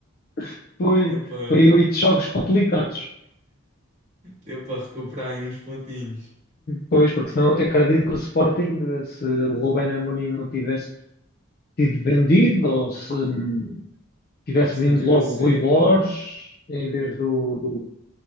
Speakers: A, on the left; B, on the right.
A: que foi,
B: Deu para
A: foi oito jogos complicados.
B: deu para recuperar aí uns pontinhos.
A: Pois, porque senão eu acredito que o Sporting, se o Rubén Amorim não tivesse tido vendido ou se hum, tivesse
B: Pronto,
A: vindo
B: se não tivesse
A: logo o
B: saído.
A: Rui Borges em vez do, do,